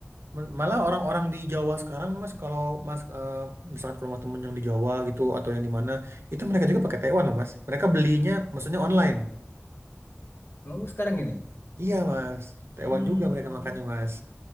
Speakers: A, on the right; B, on the left.
A: M- Malah orang-orang di Jawa sekarang Mas kalau Mas eh, misalkan ke rumah temen yang di Jawa gitu atau yang di mana itu mereka juga pakai tekwan loh Mas. Mereka belinya maksudnya online.
B: Oh, sekarang ini.
A: Iya Mas. Tekwan
B: Hmm,
A: juga mereka makannya Mas.